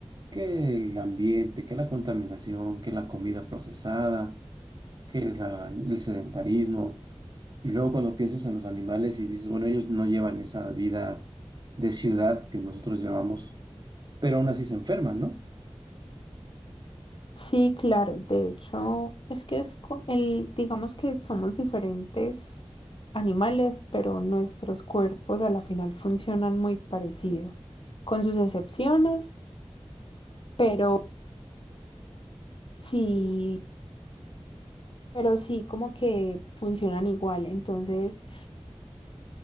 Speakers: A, on the right; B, on the left.
A: que el ambiente, que la contaminación, que la comida procesada, que la- el sedentarismo. Y luego cuando piensas en los animales y dices, bueno, ellos no llevan esa vida de ciudad que nosotros llevamos, pero aún así se enferman, ¿no?
B: sí, claro, de hecho, es que es co- el, digamos que somos diferentes animales, pero nuestros cuerpos a la final funcionan muy parecido, con sus excepciones, pero sí, pero sí como que funcionan igual. Entonces,